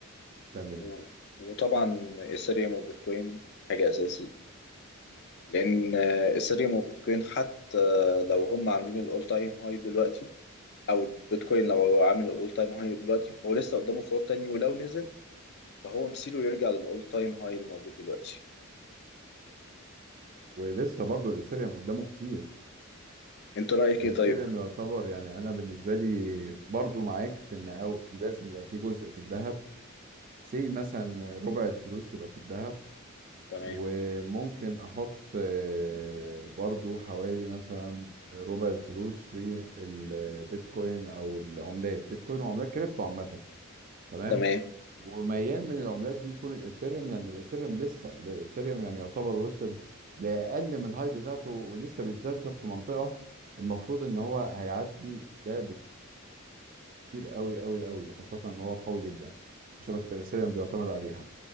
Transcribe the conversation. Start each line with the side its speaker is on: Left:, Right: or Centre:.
Right: تمام
Left: و... وطبعا ايثيريوم وبيتكوين حاجة اساسي لان ايثيريوم وبيتكوين حتى لو هم عاملين الاول تايم هاي دلوقتي او البيتكوين لو هو عامل الاول تايم هاي دلوقتي فهو لسه قدامه صعود تاني ولو نزل فهو مصيره يرجع للاول تايم هاي اللي موجود دلوقتي
Right: ولسه برضو الاثيريوم قدامه كتير
Left: انت رأيك
Right: الاثيريوم
Left: ايه طيب
Right: يعتبر يعني انا بالنسبة لي برضو معاك في ان أو لازم يبقى في جزء في الذهب سي مثلا ربع الفلوس تبقى في الذهب
Left: تمام
Right: وممكن احط آه، برضو حوالي مثلا ربع الفلوس في البيتكوين او العملات بيتكوين وعملات كريبتو عامه تمام
Left: تمام
Right: وميال من العملات دي يكون الاثيريوم لان الاثيريوم لسه الاثيريوم يعني يعتبر وصل لاقل من الهاي بتاعته ولسه بيتذبذب في منطقه المفروض ان هو هيعدي ده بكتير قوي قوي قوي وخاصه ان هو قوي جدا شبكه الاثيريوم بيعتمد عليها